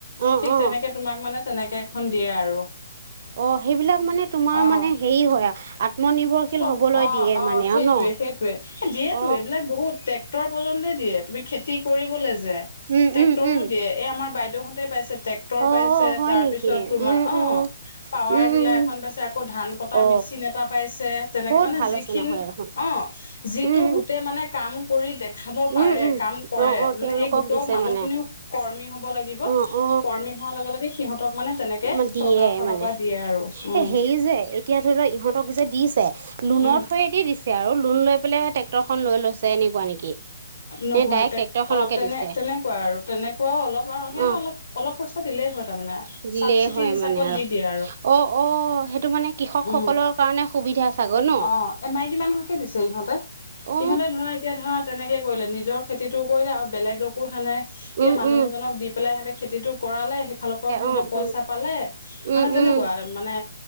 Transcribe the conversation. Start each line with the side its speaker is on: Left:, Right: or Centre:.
Right: অ
Left: ঠিক
Right: অ
Left: তেনেকে তোমাক মানে তেনেকে এখন দিয়ে আৰু।
Right: অ, সেইবিলাক মানে তোমাৰ
Left: অ
Right: মানে হেৰি হয় আত্মনিৰ্ভৰশীল
Left: চব
Right: আ হবলৈ
Left: অ
Right: দিয়ে
Left: অ
Right: মানে
Left: সেইটোৱে,
Right: আৰু ন
Left: সেইটোৱে। দিয়েতো
Right: অ
Left: এইবিলাক বহুত ট্ৰেক্টৰ পৰ্যন্তে দিয়ে তুমি খেতি কৰিবলে যে
Right: উম
Left: ট্ৰেক্টৰো
Right: উম উম
Left: দিয়ে। এই আমাৰ বাইদেউহতে পাইছে। ট্ৰেক্টৰ
Right: অ
Left: পাইছে,
Right: হয়
Left: তাৰ
Right: নেকি
Left: পিছত তোমাৰ
Right: উম
Left: অ
Right: উম
Left: পাৱাৰ
Right: উম
Left: ডিলাৰ এখন পাইছে, আকৌ ধান কটা
Right: অ
Left: মেচি চিন এটা পাইছে। তেনেকে
Right: বহুত
Left: মানে
Right: ভাল
Left: যিখিনি
Right: হৈছে নহ'লে দেখোন
Left: অ যিটো
Right: উম
Left: গোটেই মানে কাম কৰি দেখাব পাৰে,
Right: উম উম
Left: কাম কৰে
Right: অ অ
Left: মানে
Right: তেওঁলোকক
Left: সেই গোট
Right: দিছে
Left: মানুহ
Right: মানে
Left: খিনিও কৰ্মী হব লাগিব।
Right: অ অ
Left: কৰ্মী হোৱাৰ লগে লগে সিহঁতক মানে তেনেকে
Right: অ দিয়ে
Left: চৰকাৰৰ ফালৰ
Right: মানে
Left: পৰা দিয়ে আৰু উম।
Right: এ হেৰি যে এতিয়া ইহঁতক যে দিছে লোণ
Left: উম
Right: থুৱেদি দিছে আৰু লোন লৈ পেলাই ট্ৰেক্টৰ খন লৈ লৈছে। এনেকুৱা নেকি?
Left: নহয়
Right: নে ডাইৰেক্ট
Left: তে
Right: ট্ৰেক্টৰখনকে
Left: অ তেনে
Right: দিছে
Left: তেনেকুৱা আৰু তেনেকুৱাও অলপ আৰু সিহ
Right: অ
Left: অলপ অলপ পইচা দিলেই হয় তাৰমানে
Right: দিলেই
Left: চাবচিটি
Right: হয়
Left: হিচাপত
Right: মানে আৰু
Left: দি দিয়ে
Right: অ, অ সেইটো মানে কৃষক
Left: উম
Right: সকলৰ কাৰণে সুবিধা চাগৈ ন
Left: অ, এ মাইকীমানুহকে দিছে ইহঁতে।
Right: অ
Left: ইহঁতে ধৰা এতিয়া ধৰা তেনেকে কৰিলে নিজৰ খেতিটো কৰিলে আৰু বেলেগকো সেনেক কে
Right: উম
Left: মানুহ
Right: উম
Left: এজনক দি পেলাই সিহঁতে খেতিটো কৰালে সেইফালৰ পৰাও সিহঁতে
Right: অ
Left: পইচা
Right: উম
Left: পালে মানে
Right: উম
Left: তেনেকুৱা
Right: উম
Left: মানে